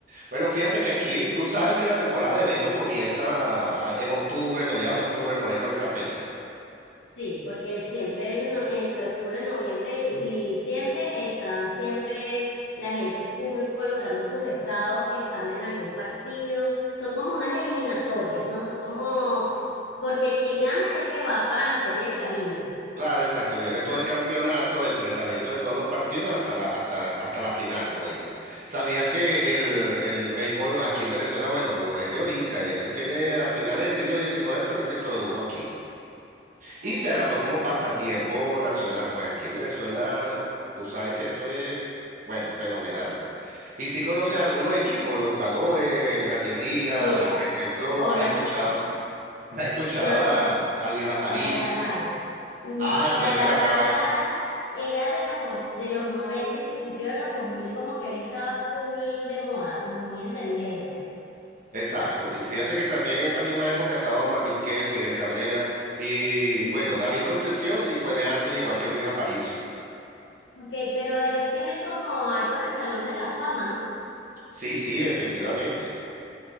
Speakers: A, on the right; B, on the left.
A: Bueno, fíjate que aquí, tú sabes que la temporada de béisbol comienza a- en octubre, mediados de octubre, por ahí por esa fecha.
B: Sí, porque siempre en- no, entre octubre, noviembre y, y diciembre están siempre la gente full colocando en sus estados que están en algún partido. Son como unas eliminatorias, ¿no? Son como, porque el que gana es el que va para la Serie del Caribe.
A: Claro, exacto. Viene
B: Eso
A: todo
B: es,
A: el campeonato de enfrentamiento de todos los partidos hasta la, hasta, hasta la final, como dice. ¿Sabías que el, el béisbol aquí en Venezuela, bueno, no es de ahorita, ya eso tiene a finales del siglo diecinueve fue que se introdujo aquí
B: ok,
A: y se agarró como
B: no,
A: pasatiempo
B: no sabía.
A: nacional. Pues aquí en Venezuela, tú sabes que eso es, bueno, fenomenal. Y si conoces algunos equipos, los jugadores, grandes ligas,
B: Mira,
A: por ejemplo,
B: obviamente,
A: has escuchado, <laughs> has escuchado
B: yo.
A: a, a Luis Aparicio,
B: A Galarraga. Mm,
A: a Andrés
B: Galarraga
A: Galarraga.
B: era de los, och- de los 90 y principios de los dos mil como que él estaba full de moda, como muy en tendencia.
A: Exacto, y fíjate que también en esa misma época estaba Omar Vizquel, Miguel Cabrera y
B: Ujú.
A: bueno, David Concepción sí fue de antes, igual que Luis Aparicio.
B: Ok, pero ellos tienen como algo en el Salón de la Fama, ¿no?
A: Sí, sí, efectivamente.